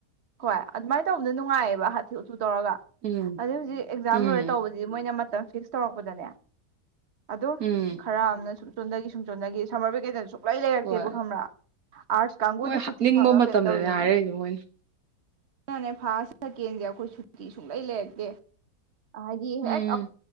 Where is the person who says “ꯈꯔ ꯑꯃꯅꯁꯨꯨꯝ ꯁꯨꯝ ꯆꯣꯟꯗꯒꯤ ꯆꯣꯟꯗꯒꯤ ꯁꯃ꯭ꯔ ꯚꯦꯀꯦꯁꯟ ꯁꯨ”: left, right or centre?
Right